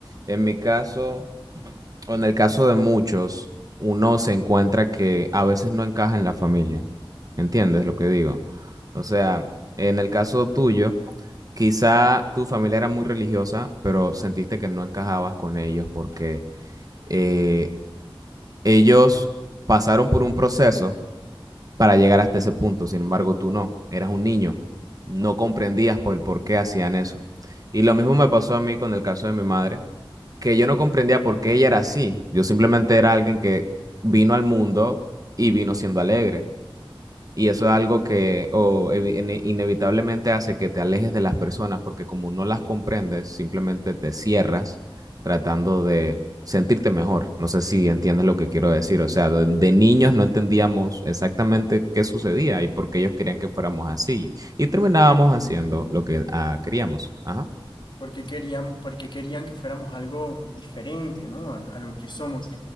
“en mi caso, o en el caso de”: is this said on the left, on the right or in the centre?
Right